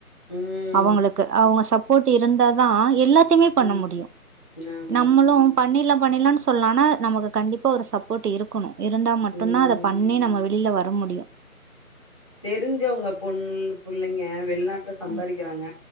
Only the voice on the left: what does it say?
ம்
ம்
ஆமா
ம்
தெரிஞ்சவுங்க பொண் லுப் புள்ளைங்க வெள்நாட்ல சம்பாரிக்கிறாங்க